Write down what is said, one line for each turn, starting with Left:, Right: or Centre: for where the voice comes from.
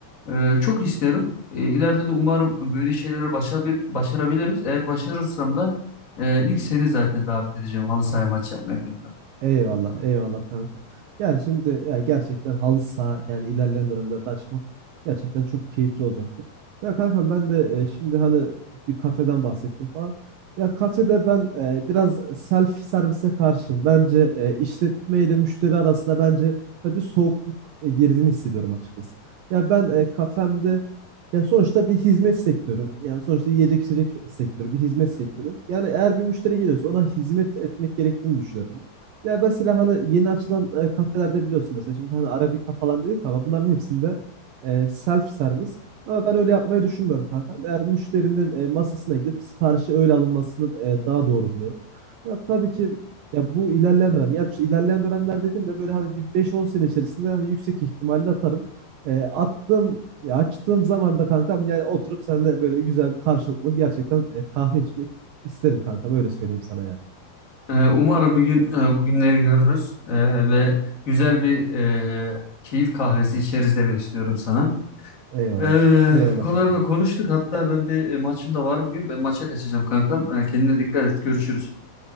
Left: Ee, çok isterim. Ee, ileride de umarım böyle şeyleri başarabil- başarabiliriz. Eğer başarırsam da e, ilk seni zaten davet edeceğim halı saha maçı yapmaya kanka.
Right: Eyvallah, eyvallah kanka. Yani şimdi ya gerçekten halı saha yani ilerleyen dönemlerde açmak gerçekten çok keyifli olacaktır. Ya kanka ben de e, şimdi hani bir kafeden bahsettim falan. Ya kafede ben e, biraz self servise karşıyım. Bence e, işletme ile müşteri arasında bence ya bir soğukluk e, girdiğini hissediyorum açıkçası. Ya ben e, kafemde ya sonuçta bir hizmet sektörü. Yani sonuçta yiyecek içecek sektörü, bir hizmet sektörü. Yani eğer bir müşteri geliyorsa ona hizmet etmek gerektiğini düşünüyorum. Ya mesela hani yeni açılan e, kafelerde biliyorsun mesela şimdi hani Arabica falan dedik ama bunların hepsinde e, self servis. Ama ben öyle yapmayı düşünmüyorum kanka. Eğer müşterinin e, masasına gidip siparişi öyle alınmasını e, daha doğru buluyorum. Ya tabii ki ya bu ilerleyen dönem. Yani şu ilerleyen dönemler dediğimde böyle hani bir 5-10 sene içerisinde hani yüksek ihtimalle atarım. E, attığım ya açtığım zaman da kankam yani oturup seninle böyle güzel bir karşılıklı gerçekten e, kahve içmek isterim kankam öyle söyleyeyim sana yani.
Left: Ee, umarım bir gün e, bu günleri görürüz Ee, ve güzel bir e, keyif kahvesi içeriz demek istiyorum sana.
Right: Eyvallah.
Left: Ee,
Right: Eyvallah
Left: bu kadarını
Right: kankam.
Left: da konuştuk. Hatta ben bir e, maçım da var bugün. Ben maça kaçacağım kankam. Ee, kendine dikkat et. Görüşürüz.